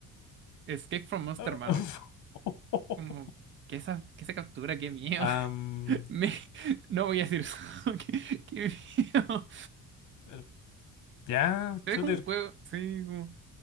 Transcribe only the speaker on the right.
Escape from Monster
Manor. Como, que esa, que esa captura, qué miedo.
<laughs> Me- no voy a decir eso. <laughs> Qué, qué miedo.
Se
ve como un juego, sí, como...